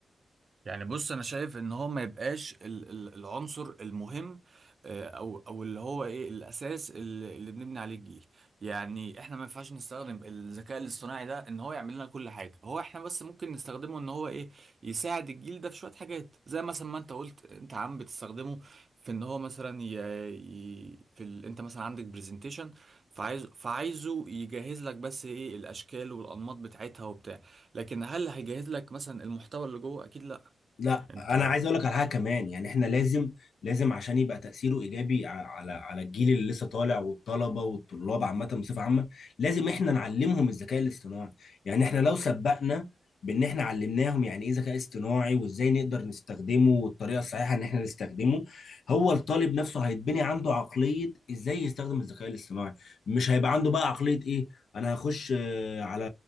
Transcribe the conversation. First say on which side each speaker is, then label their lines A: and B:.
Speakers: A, on the right; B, on the left.
A: يعني بص انا شايف ان هو ما يبقاش ال- ال- العنصر المهم آه، او او اللي هو ايه الاساس اللي اللي بنبني عليه الجيل يعني احنا ما ينفعش نستخدم الذكاء الاصطناعي ده ان هو يعمل لنا كل حاجه هو احنا بس ممكن نستخدمه ان هو ايه يساعد الجيل ده في شويه حاجات زي مثلا ما انت قلت انت عم بتستخدمه في ان هو مثلا ي... ي... في ال... انت مثلا عندك برزنتيشن فعايز فعايزه يجهز لك بس ايه الاشكال والانماط بتاعتها وبتاع لكن هل هيجهز لك مثلا المحتوى اللي جوه اكيد لا
B: لا
A: انت
B: انا عايز اقول لك على حاجه كمان يعني احنا لازم لازم عشان يبقى تاثيره ايجابي ع- على على الجيل اللي لسه طالع والطلبه والطلاب عامه بصفه عامه لازم احنا نعلمهم الذكاء الاصطناعي يعني احنا لو سبقنا بان احنا علمناهم يعني ايه ذكاء اصطناعي وازاي نقدر نستخدمه والطريقه الصحيحه ان احنا نستخدمه هو الطالب نفسه هيتبني عنده عقليه ازاي يستخدم الذكاء الاصطناعي مش هيبقى عنده بقى عقليه ايه انا هخش آه، على